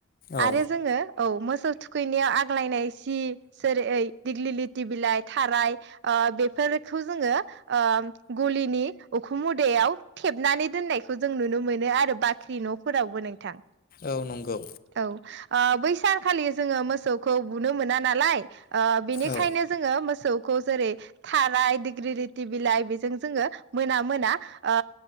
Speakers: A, on the left; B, on the right.
A: औ
B: आरो जोङो औ मोसौ थुखैनायाव आग्लायनाय सि जेरै ओ दिगलिलिथ थि बिलाइ थाराय ओ बेफोरखौ जोङो ओ गलिनि उखुम मुदायाव याव थेबनानै दोननायखौ जों नुनो मोनो आरो बाख्रि न'फोरावबो नोंथां।
A: औ नंगौ।
B: औ ओ बै सानखालि जोङो मोसौखौ बुनो मोना नालाय ओ बेनि बेखायनो
A: औ
B: जोङो मोसौखौ जेरै थाराय दिग्रिरिथि बिलाइ बेजों जोङो मोना मोना ओ